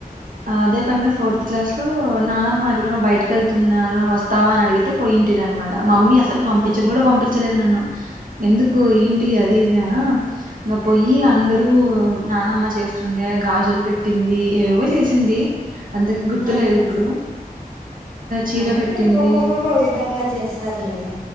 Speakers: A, on the right; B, in the centre.
A: అదే పనిగా ఫోర్త్ క్లాస్ లో నానమ్మ ఎక్కడ కూడా బయటకి వెళ్తున్నాను వస్తావా అని అడిగితే పోయింటర అనమాట మమ్మీ అసలు పంపించని
B: ఆహా.
A: కూడా పంపించలేదు నన్ను ఎందుకు ఏంటి అది ఇది అనా ఇంకా పోయి అందరూ నానమ్మ చేస్తుండే గాజులు పెట్టింది ఏవవో చేసింది అందుకు గుర్తులేదు
B: ఆహా.
A: ఇప్పుడు చీర
B: అంతే
A: పెట్టింది
B: ఒక్కొక్క ఒక విధంగా చేస్తారు లేండి